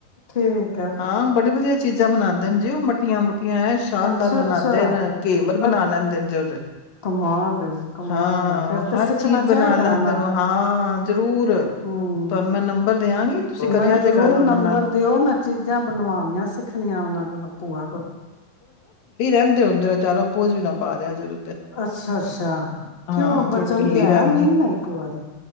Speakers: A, on the left; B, on the left.
A: ਠੀਕ ਹੈ
B: ਆਮ ਬੜੇ ਵਧੀਆ ਚੀਜ਼ਾਂ ਬਣਾਦੇ ਹੁੰਦੇ ਉਹ ਮੱਠੀਆਂ ਮੁੱਠੀਆਂ ਸ਼ਾਨਦਾਰ
A: ਅੱਛਾ-ਅੱਛਾ
B: ਬਣਾਉਂਦੇ ਨੇ ਘੇਵਰ
A: ਬ
B: ਬਣਾ ਲੈਂਦੇ ਨੇ।
A: ਕਮਾਲ ਹੈ ਜੀ ਕਮਾਲ
B: ਹਾਂ
A: ਹੈ ਫਿਰ
B: ਉਹ
A: ਤੇ
B: ਹਰ
A: ਸਿੱਖਣਾ
B: ਚੀਜ਼
A: ਚਾਹੀਦਾ
B: ਬਣਾ ਲੈਂਦੇ
A: ਉਹਨਾਂ
B: ਨੇ ਉਹ।
A: ਕੋਲ।
B: ਹਾਂ ਜ਼ਰੂਰ
A: ਹੂੰ
B: ਤੁਹਾਨੂੰ ਮੈਂ ਨੰਬਰ ਦਿਆਂਗੀ ਤੁਸੀਂ ਕਰਿਆ
A: ਮੈਨੂੰ
B: ਜੇ
A: ਜ਼ਰੂਰ
B: ਗੱਲ ਉਹਨਾਂ
A: ਨੰਬਰ
B: ਨਾਲ
A: ਦਿਓ ਮੈਂ ਚੀਜ਼ਾਂ ਬਣਵਾਣੀਆਂ ਸਿੱਖਣੀਆਂ ਉਹਨਾਂ ਕੋਲੋਂ ਭੂਆ ਕੋਲੋ
B: ਕਹਿੰਦੇ ਹੁੰਦੇ ਜਿਆਦਾ ਬੋਝ ਨਾ ਪਾ ਦਿਆ ਤੇ
A: ਅੱਛਾ ਅੱਛਾ
B: ਹਾਂ
A: ਕਿਉ
B: ਥੋੜੀ
A: ਬਚਨ
B: ਢਿੱਲੀ
A: ਦੀ ਹੈ
B: ਰਹਿਣ
A: ਮਿਹਨ ਨਹੀਂ ਭੂਆ ਦੀ